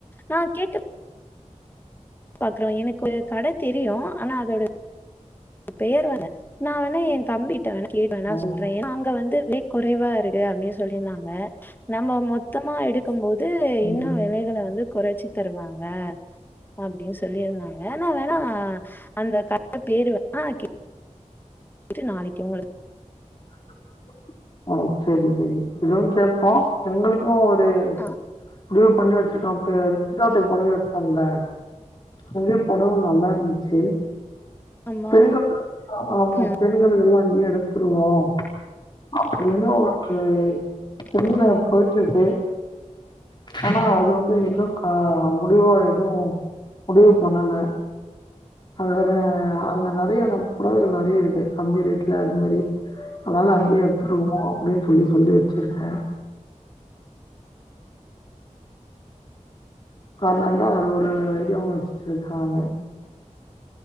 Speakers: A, on the left (about 15°); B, on the left (about 35°).
A: நா கேட்டு பாக்குறோ எனக்கு கடை தெரியு ஆனா அதோட பேர் வர்ல நா வேணா எ தம்பிட்ட வேணா கேட்டுவேணா
B: ம்
A: சொல்றே ஏனா அங்க வந்து வே குறைவா இருக்கு அப்படின்னு சொல்லியிருந்தாங்க நம்ம மொத் த்தமா எடுக்கும் போது இன்னு
B: ம்
A: விலைகள வந்து குறைச்சி தருவாங்க அப்டின்னு சொல்லிருந்தாங்க நா வேணா அந்த கட பேரு வேணா நா கே ட்டு நாளைக்கு உங்களுக்
B: <inaudible> ஆ செரி செரி இதுவு கேப்போ எங்களுக்கு ஒரு
A: ஆ
B: <unintelligible> பண்ணி வச்சிருக்கான் இப்ப நிச்சதாத்துக்கு புடவ எடுத்தம்ல அங்கே பொடவ நல்லா இருந்துச்சு
A: ஆமாம்
B: பெண்கள் ஆமா
A: ம்
B: பெண்களுக்கல்லா அங்கே எடுத்துருவோ அப்டின்னு ஒரு சிந்தன போயிட்டு இருக்கு ஆனா அது வந்து இன்னு முடிவா எது முடிவு பண்ணல அ அங்க நிறையான புடவைகள் நறைய இருக்கு கம்மி ரேட்ல அது மாரி அதனால அங்கே எடுத்துருவோ அப்டின்னு சொல்லி சொல்லி வச்சிருக்கே கனால தா அது ஒரு ஐடியாவு வச்சுட்டு இருக்க்கே நானு